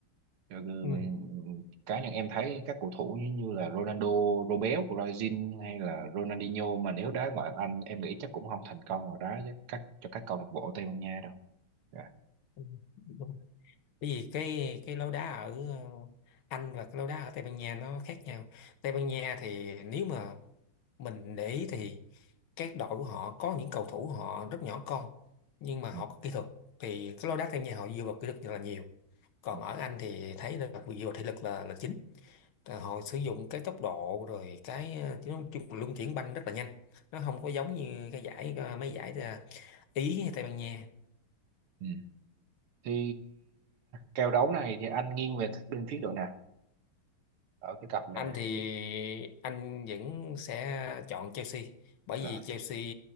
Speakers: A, on the right; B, on the left.
A: Cho nên,
B: Ừ.
A: ừ, cá nhân em thấy các cầu thủ như, như là Ronaldo, Robel của Brazil hay là Ronaldinho mà nếu đá ngoại hạng Anh em nghĩ chắc cũng không thành công ở đá với các cho các câu lạc bộ Tây Ban Nha đâu. Dạ.
B: ừ, Đúng. Bởi vì cái cái lối đá ở ờ, Anh và cái lối đá ở Tây Ban Nha nó khác nhau. Tây Ban Nha thì nếu mà mình để ý thì các đội của họ có những cầu thủ họ rất nhỏ con nhưng mà họ
A: Ừ.
B: có kỹ thuật thì cái lối đá Tây Ban Nha họ dựa vào kỹ thuật rất là nhiều. Còn
A: Ừ.
B: ở Anh thì thấy là dựa vào thể lực là là chính. Thì họ sử dụng cái tốc độ rồi cái ờ, chứ nói chung là luân chuyển banh rất là nhanh nó không có giống như cái giải ờ, mấy giải ờ, Ý hay Tây Ban Nha
A: Ừ. Thì kèo đấu này thì anh nghiêng về bên phía đội nào ở cái cặp này
B: anh
A: này?
B: thì anh vẫn sẽ chọn Chelsea bởi
A: Dạ.
B: vì Chelsea